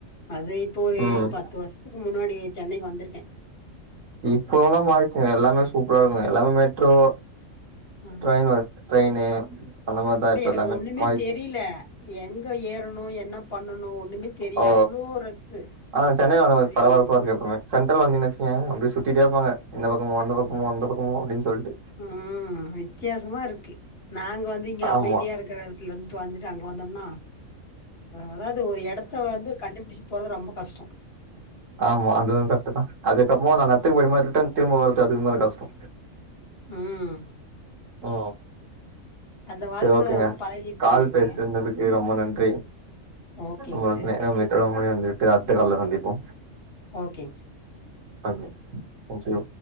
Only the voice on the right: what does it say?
ம்
இப்ப வெல்லா மாறிச்சுங்க எல்லாமே சூப்பரா இருக்குங்க எல்லாமே மெட்ரோ
ட்ரெயின் வச ட்ரெயினு அந்த மாரிதா
இப்ப
எல்லாமே
மாறிச்சு
ஓ
ஆ சென்னை வந்த
பரபரப்பா இருக்கு எப்பவுமே சென்டரல் வந்தினேச்சுங்க
அப்டி சுத்திட்டே இருப்பாங்க இந்த பக்கமோ அந்த பக்கமோ
அந்த பக்கமோ அப்டினு சொல்ட்டு
ஆமா
ஆமா அதுவு கரட்டு தா அதுக்கப்புற நா அந்த எத்துக்கு
போயிட்டு ரிட்டன் திரும்ப வருது அதுக்கு மாரி கஷ்டோ
ஓ
செரி ஓகேங்க
கால்
பேசுனதுக்கு ரொம்ப நன்றி
உங்கள்
நேரமே எவ்ளோ மணி வந்துட்டு அத்து கால்ல சந்திப்போ
அ தேங்க்யூ